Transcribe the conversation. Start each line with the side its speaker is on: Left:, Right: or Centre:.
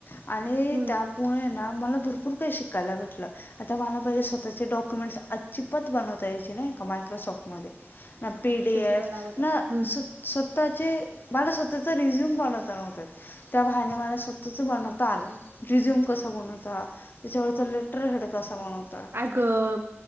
Left: आणि
Right: हम्म
Left: त्यामुळे ना मला भरपूर काही शिकायला भेटलं आता मला पहिले स्वतःचे डॉक्युमेंटस अजिबात बनवता यायचे नाही का मायक्रोसॉफ्ट मध्ये पी डी
Right: ते
Left: एफ
Right: तुला लावत
Left: ना
Right: असेल हम्म
Left: सु स्वतःचे मला स्वतःचा रिझ्यूम बनवता नव्हता येत. त्या बहाने मला स्वतःच बनत तात रिझ्यूम कस बनवतात, त्याच्यावरचं लेटर हेड कस बनवतात
Right: अह